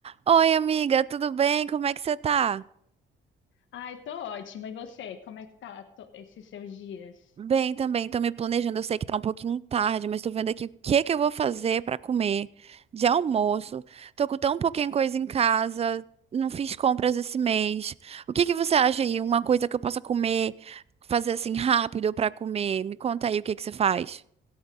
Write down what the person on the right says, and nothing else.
Oi, amiga, tudo bem? Como é que você tá?
Bem também, tô me planejando. Eu sei que tá um pouquinho tarde, mas tô vendo aqui o que que eu vou fazer pra comer de almoço. Tô com tão pouquinha coisa em casa, não fiz compras esse mês. O que que você acha aí? Uma coisa que eu possa comer, fazer assim rápido pra comer? Me conta aí o que que você faz.